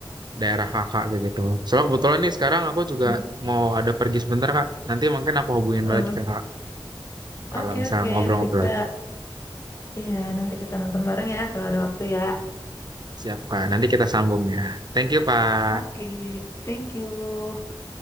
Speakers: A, on the right; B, on the left.
A: daerah Kakak kayak gitu. Soalnya kebetulan nih sekarang aku juga
B: Mm.
A: mau ada pergi sebentar Kak. Nanti mungkin aku hubungin
B: Eh,
A: balik ke Kakak kalau
B: Oke,
A: misalnya
B: oke.
A: ngobrol-ngobrol.
B: Nanti kita, iya, nanti kita nonton bareng ya kalau ada waktu ya.
A: Siap, Pak. Nanti kita sambung ya. Thank you, Pak.
B: Oke, thank you.